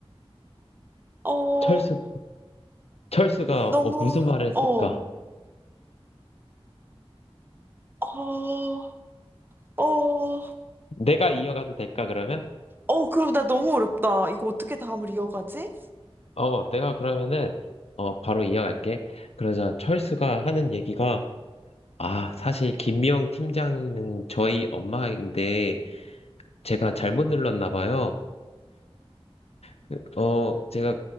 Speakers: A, on the right (about 20°); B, on the left (about 75°).
A: 어,
B: 철수 철수가
A: 너무,
B: 어, 무슨 말을 했을까?
A: 어, 어, 어,
B: 내가 이어가도 될까 그러면?
A: 어, 그럼 나 너무 어렵다. 이거 어떻게 다음을 이어가지?
B: 어, 내가 그러면은 어, 바로 이어갈게. 그러자 철수가 하는 얘기가 아, 사실 김미영 팀장은 저희 엄마인데 제가 잘못 눌렀나 봐요. 그, 어, 제가